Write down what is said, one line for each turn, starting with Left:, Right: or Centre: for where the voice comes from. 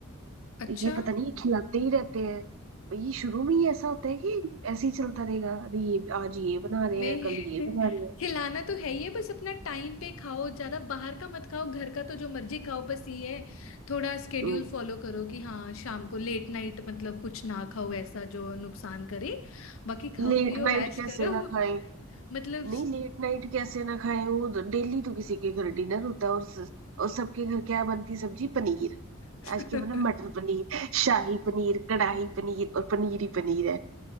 Left: अच्छा
Right: ये पता नहीं ये खिलाते ही रहते हैं ये शुरू में ही ऐसा होता है कि ऐसे ही चलता रहेगा अरे ये आज ये बना रहे
Left: नहीं
Right: हैं कल ये बना
Left: <laughs>
Right: रहे
Left: खिलाना तो है ही है बस अपना टाइम पे खाओ ज्यादा बाहर का मत खाओ घर का तो जो मर्जी खाओ बस ये है थोड़ा स्केड्यूल
Right: हैं
Left: फॉलो करो कि हाँ शाम को लेट नाइट मतलब कुछ ना खाओ ऐसा जो नुकसान करे बाकी खाओ
Right: लेट
Left: पियो
Right: नाइट
Left: ऐश
Right: कैसे
Left: करो
Right: ना
Left: <laughs>
Right: खाएं
Left: मतलब
Right: नहीं लेट नाइट कैसे ना खाए वो डेली तो किसी के घर डिनर होता है और स- और सबके घर क्या बनती सब्जी पनीर
Left: <laughs>
Right: आज के बना मटर पनीर शाही पनीर कढ़ाई पनीर और पनीर ही पनीर है